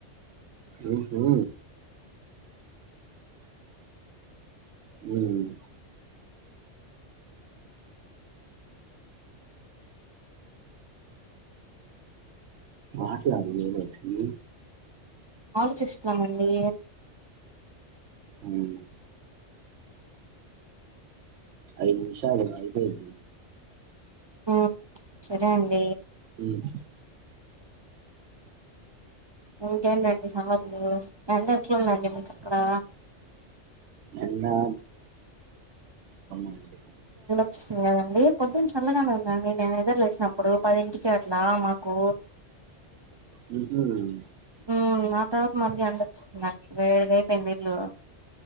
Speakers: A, on the right; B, on the right.
A: ఓహో ఉమ్మ్ మాట్లాడు ఏదో ఒకటి.
B: ఆలోచిస్తున్నామండి.
A: హుమ్మ్ ఐదు నిమిషాలు అయిపోయిద్దీ.
B: ఆ సరే అండి
A: మ్మ్
B: ఇంకేంటండి సంగతులు నం అలుందండి మ కా
A: ఎండా <unintelligible>
B: యా పొద్దున్న చల్లగా నే ఉందండి నేనే నిద్ర లేసినప్పుడు పదింటికి అట్లా మాకు
A: <unintelligible>
B: <unintelligible> <unintelligible> రేపెండెంట్లు